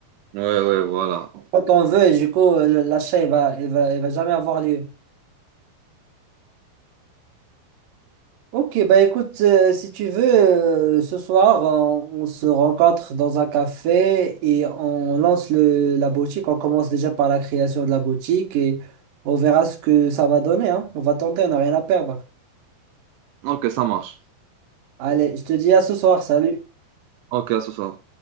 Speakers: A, on the right (about 80°); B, on the right (about 65°).
A: Ouais, ouais, voilà.
B: Quand on veut, et du coup, euh, le- l'achat, il va, il va, il va jamais avoir lieu. Ok, bah écoute, euh, si tu veux, euh, ce soir, on, on se rencontre dans un café et on lance le, la boutique. On commence déjà par la création de la boutique et on verra ce que ça va donner, hein. On va tenter, on n'a rien à perdre.
A: Ok, ça marche.
B: Allez, je te dis à ce soir, salut.
A: Ok, à ce soir.